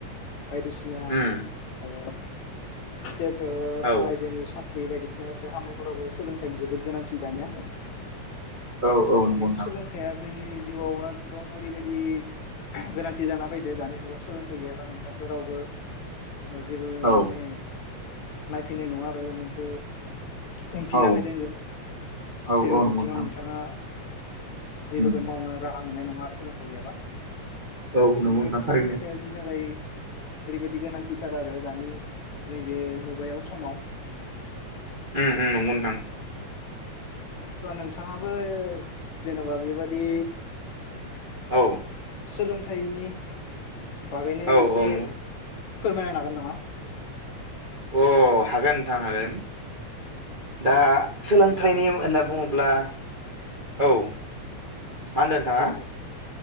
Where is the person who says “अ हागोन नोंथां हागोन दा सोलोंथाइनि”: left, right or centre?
Right